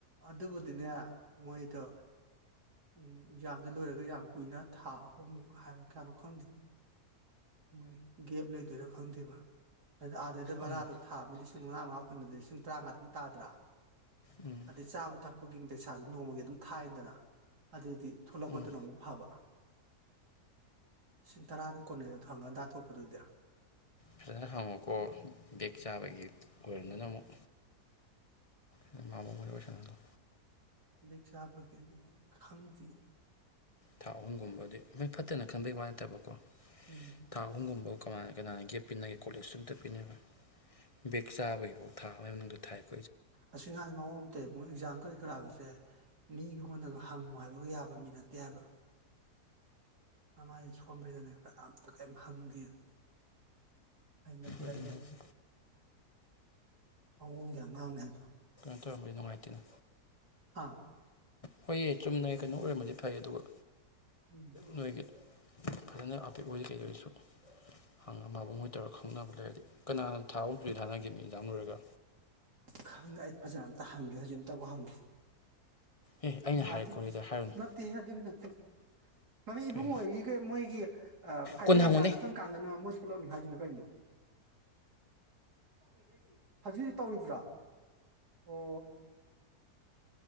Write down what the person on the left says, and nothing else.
ꯎꯝ
ꯎꯝ
ꯎꯝ
ꯐꯖꯅ ꯍꯪꯉꯣꯀꯣ ꯕꯦꯛ ꯆꯥꯕꯒꯤ ꯑꯣꯏꯔꯝꯗꯅ ꯑꯃꫭꯛ ꯅꫭꯏꯃꯍꫭꯏ ꯐꯖꯟ ꯋꯥꯔꯤꯁꯥꯅꯍꯜꯂꯨ꯫
ꯊꯥ ꯑꯍꯨꯝꯒꯨꯝꯕꯗꯤ ꯃꯣꯏ ꯐꯠꯇꯅ ꯈꯪꯕꯩ ꯋꯥ ꯅꯠꯇꯕꯀꯣ꯫
ꯊꯥ ꯍꯣꯡꯒꯨꯝꯕ꯫ ꯀꯅꯥꯅ ꯀꯅꯥꯅ ꯒꯦꯞ ꯄꯤꯟꯅꯒꯦ ꯀꯣꯂꯦꯖꯁꯨ ꯑꯝꯇ ꯄꯤꯟꯅꯕ ꯕꯦꯛ ꯆꯥꯕꯒꯤꯐꯥꯎ ꯊꯥꯕꯒꯤ ꯃꯅꯨꯡꯗ ꯊꯥꯏꯕ꯫
ꯑꯗꯨꯝ
ꯍꯥꯏꯗꯤ
ꯇꯨꯔꯝꯕꯩꯗꯤ ꯅꯨꯡꯉꯥꯏꯇꯦꯅ꯫
ꯍꯣꯏꯌꯦ ꯆꯨꯝꯅ ꯀꯩꯅꯣ ꯑꯣꯏꯔꯝꯃꯗꯤ ꯐꯩ ꯑꯗꯨꯒ
ꯅꯣꯏꯒꯤ ꯐꯖꯅ ꯑꯄꯤꯛ ꯑꯣꯏꯗꯤ ꯀꯩꯗ ꯑꯣꯏꯔꯁꯨ ꯍꯪꯉ ꯃꯥꯕꯈꯣꯏ ꯇꯧꯔꯒ ꯈꯪꯅꯕ ꯂꯩꯔꯗꯤ ꯀꯅꯥꯅ ꯊꯥꯕ ꯑꯁꯨꯨ ꯊꯥꯅꯈꯤꯕ ꯃꯤꯅꯤ ꯃꯔꯦꯒ
ꯑꯦ ꯑꯩꯅ ꯍꯥꯏꯔꯦ
ꯈꯣꯠꯂꯦꯗ ꯍꯥꯏꯔꯨꯅꯨ
ꯀꯩ
ꯀꯣꯟꯅ ꯍꯪꯉꯣꯅꯦ